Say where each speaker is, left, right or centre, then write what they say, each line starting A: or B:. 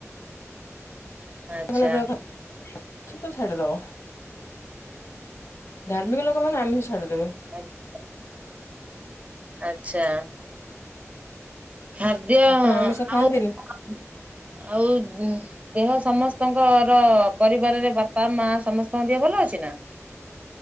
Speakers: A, on the right; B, on the left.
A: ଆଚ୍ଛା
B: <unintelligible> ଦେହ ଖରାପ୍। ସେ ତ ଛାଡିଦବ ଧାର୍ମିକ ଲୋକମାନେ ଆମିଷ ଛାଡିଦବେ।
A: <unintelligible> ଆଚ୍ଛା ଖାଦ୍ୟ ଆଉ
B: ଆପଣ ଆମିଷ ଖାଆନ୍ତିନି?
A: ଆଉ ଗୁଁ ଦେହ ସମସ୍ତଙ୍କର ପରିବାରରେ ବାପା ମା ସମସ୍ତଙ୍କ ଦେହ ଭଲ ଅଛି ନା?